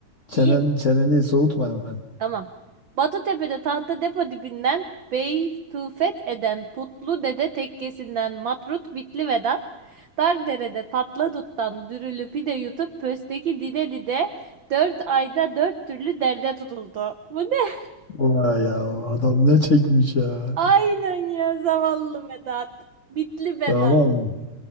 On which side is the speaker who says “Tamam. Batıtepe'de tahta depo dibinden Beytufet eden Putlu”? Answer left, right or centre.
Right